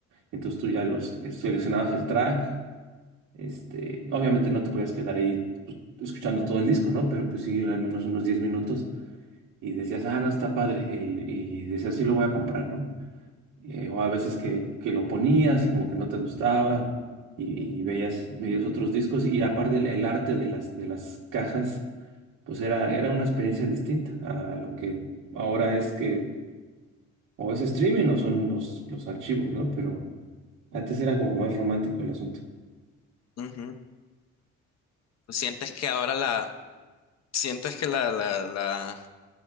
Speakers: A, on the right; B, on the left.
A: Entonces tú ya los eh, seleccionabas el track. Este, obviamente no te podías quedar ahí pues, escuchando todo el disco, ¿no? Pero pues sí, al menos unos 10 minutos y decías, ah, no, está padre. Y, y decías, sí, lo voy a comprar, ¿no? eh, o a veces que, que lo ponías y como que no te gustaba y, y veías medios otros discos y aparte el, el arte de las, de las cajas, pues era, era una experiencia distinta a lo que ahora es que o es streaming o son los, los archivos, ¿no? Pero antes era como más romántico el asunto.
B: Ujú. ¿Sientes que ahora la, sientes que la, la, la